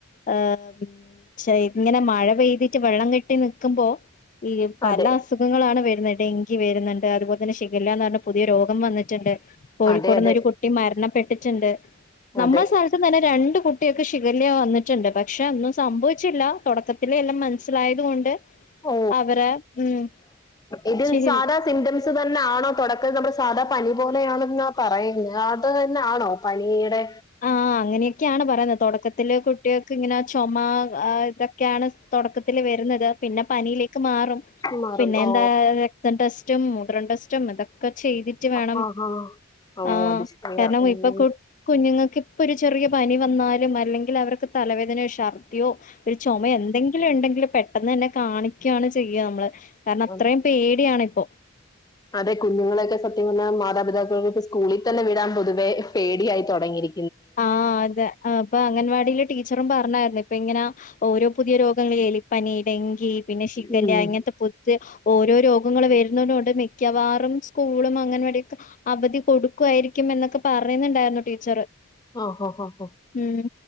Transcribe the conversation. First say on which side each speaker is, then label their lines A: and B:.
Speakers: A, on the left; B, on the left.
A: അഹ് പിൻ ചെ ഇങ്ങനെ മഴ പെയ്തിട്ട് വെള്ളം കെട്ടി നിക്കുമ്പോ ഈ പല
B: അതെ
A: അസു ഞ്ഞുങ്ങളാണ് വരുന്നത് ഡെങ്കി വര്ന്ന്ണ്ട് അതുപോലൽതന്നെ ഷിഗല്ല ന്നർഞ്ഞ പുതിയ രോഗം വന്നിട്ട്ണ്ട്
B: അതെ
A: കൊട്ന്നൊരു
B: അതെ
A: കുട്ടി മരണപ്പെട്ടിട്ട്ണ്ട് നമ്മള
B: അതെ
A: സ്ഥൽ ത്തു തന്നെ രണ്ട് കുട്ട്യേക്ക് ഷിഗല്ല വന്നിട്ട്ണ്ട് പക്ഷെ ഒന്നും സംഭവിച്ചില്ല തൊടക്ക പിന്നെ എല്ലാം മനസ്സിലായത് കൊണ്ട്
B: ഓ
A: അവരെ ഉമ്
B: ഇത്
A: ഷിഗ
B: സാധാ സിംറ്റംസ് തന്നെ ആണോ തൊടക്കം നമ്മുടെ സാധാ പനി പോലെയാണെന്നപറയുന്ന അത് താന്നെണോ പനിയുടെ
A: ആഹ് അങ്ങനെയൊക്കെയാണ് പറയുന്നത് തൊടക്കത്തില് കുട്ട്യേക്ക് ഇങ്ങനെ ചൊമ ആഹ് ഇതൊക്കെയാണ് തൊടക്കത്തില് വരുന്നത് പിന്നെ പനിയിലേക്ക് മാറും
B: മാറും
A: പിന്നെ
B: ഓ
A: എന്താ ക്തം ടെസ്റ്റും മുത്രം ടെസ്റ്റും ഇതൊക്കെ ചെയ്തി റ്റ് വേണം
B: ആ ആ
A: ആഹ്
B: ഓ അത് ശരിയാ
A: കാരണം
B: ഉം
A: ഇപ്പൊ കു കുഞ്ഞുങ്ങക്ക് ഇപ്പൊ ഒരു ചെറിയ പനി വന്നാലും അല്ലെങ്കിൽ അവർക്ക് തലവേദനയോ ശർദ്ദിയോ പിന്നെ ചൊമെ എന്തെങ്കില്ണ്ടെങ്കില് പെട്ടെന്ന് തന്നെ കാണിക്കാണ് ചെയ്യ മ്മള് കാര്ണം അത്രയും
B: ഓ
A: പേടിയാണിപ്പോ
B: അതെ കുഞ്ഞുങ്ങളൊക്കെ സത്യം പറഞ്ഞ മാതാപിതാക്കൾക്ക് സ്കൂളിൽ തന്നെ വിടാൻ പൊതുവേ പേടിയായി തൊടങ്ങിയിരി
A: ആഹ് അതെ അപ്പൊ അംഗൻവാടിയിലെ ടീച്ചറും പറഞ്ഞായിരുന്നു ഇപ്പ ഇങ്ങനെ ഓരോ പുതിയ രോഗങ്ങ <unintelligible> എലി പനി, ഡങ്കി പിന്നെ ശിഗല്ല
B: ഉം
A: ഇങ്ങൻത്തെ <unintelligible> ഓരോ രോഗങ്ങൾ വരുന്നത് കൊണ്ട് മിക്കവാറും സ്കൂളും അംഗൻവാടിയൊക്കെ അവധി കൊടുക്കുവായിരിക്കും എന്നൊക്കെ പറയ്ന്ന്ണ്ടായിരുന്നു ടീച്ചറ്
B: ആഹ് ഹോ ഹോ ഹൊ
A: ഉമ്